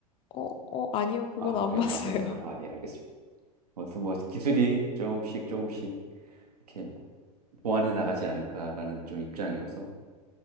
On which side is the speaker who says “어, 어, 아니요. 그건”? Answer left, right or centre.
Left